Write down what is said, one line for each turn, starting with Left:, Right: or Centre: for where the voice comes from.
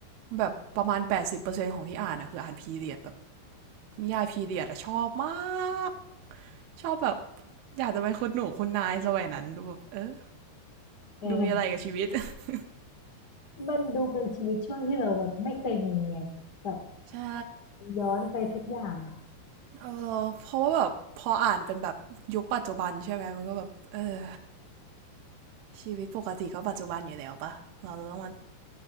Right: แบบประมาณ80%ของที่อ่านอะคืออ่านพีเรียดแบบนิยายพีเรียดอะชอบมากชอบแบบอยากจะเป็นคนหนูคุณนายสมัยนั้นแบบเออ
Left: เออ
Right: ดูมีอะไรกับชีวิต <laughs>
Left: มันดูเป็นชีวิตช่วงที่เราแบบไม่เคยมีไงบ
Right: ใช่
Left: ย้อนไปทุกอย่างอ่ะ
Right: เออเพราะว่าแบบพออ่านเป็นแบบยุคปัจจุบันใช่ไหมมันก็แบบเออชีวิตปกติก็ปัจจุบันอยู่แล้วปะเราจะต้องมา